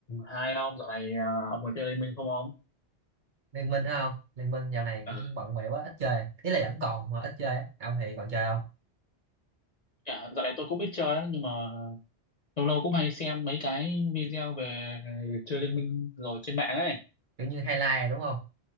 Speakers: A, on the left (about 45°); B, on the right (about 50°).
A: hai ông dạo này à, ông có chơi Liên Minh không ông
B: Liên Minh hay không Liên Minh dạo này
A: Ờ,
B: cũng bận bịu quá ít chơi ý là vẫn còn mà ít chơi á ông thì còn chơi không
A: dạ, dạo này tôi cũng ít chơi á, nhưng mà lâu lâu cũng hay xem mấy cái video về chơi Liên Minh rồi trên mạng ấy
B: kiểu như highlight rồi đúng không